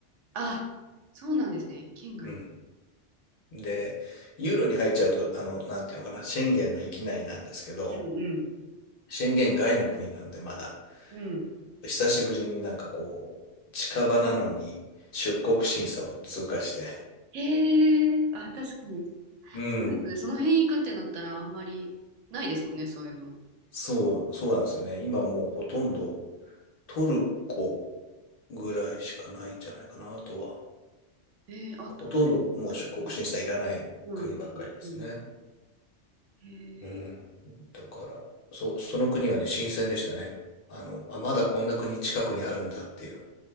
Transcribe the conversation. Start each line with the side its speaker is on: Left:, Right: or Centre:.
Right: あ、そうなんですね。県外なの。
Left: うん。で、ユーロに入っちゃうと、あの、なんていうのかな、シェンゲンの域内なんですけど、
Right: うん
Left: シェンゲン外の国なんでまだ、
Right: うん、うん。
Left: 久しぶりになんかこう、近場なのに出国審査を通過して、
Right: へえ、あ、確かに。
Left: うん、
Right: そうですね。その辺行くってなったらあんまりないですもんね、そういうの。
Left: そう、そうなんですよね。今もうほとんどトルコぐらいしかないんじゃないかな、あとは。
Right: えー、あ、
Left: ほとんどもう出国審査いらない国ばっかりですね。
Right: トルコも。うん、うん、へえ、
Left: うん。だから、そその国はね、新鮮でしたね。あの、あ、まだこんな国近くにあるんだっていう、